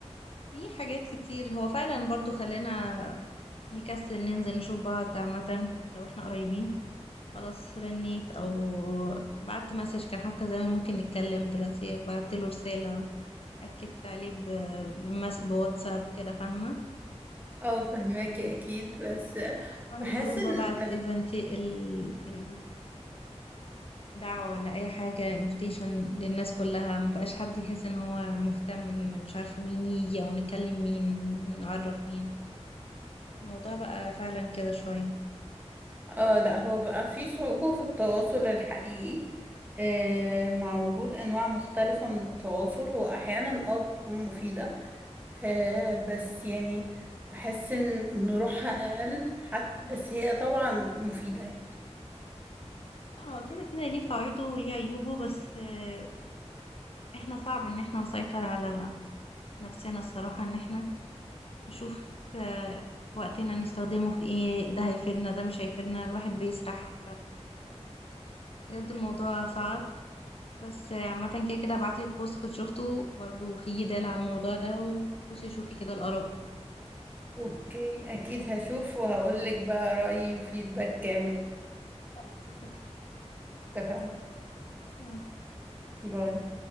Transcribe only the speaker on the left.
في حاجات كتير هو فعلا برضه خلانا نكسل ننزل نشوف بعض عامة لو احنا قريبين خلاص رنيت او بعت مسج كان حتى زمان ممكن نتكلم دلوقتي بعت له رسالة اكدت عليه ب- بمس... بواتساب كده فاهمه
اعمل
جروب
وابعت
ايفنت ال... ال... دعوة ولا اي حاجة انفيتيشن للناس كلها مبقاش حد يحس ان هو مهتم ان مش عارفة مين يجي او نكلم مين نعرف مين الموضوع بقى فعلا كده شوية
هو كده كده ليه فوائده وليه عيوبه بس آه، احنا صعب ان احنا نسيطر على نفسنا الصراحة ان احنا نشوف آه، وقتنا نستخدمه في ايه ده هيفيدنا ده مش هيفيدنا الواحد بيسرح بجد الموضوع صعب بس عامة كده كده هبعتلك بوست كنت شفته برضو في جدال على الموضوع ده وخشي شوفي كده الآراء
خلاص اتفقنا
باي.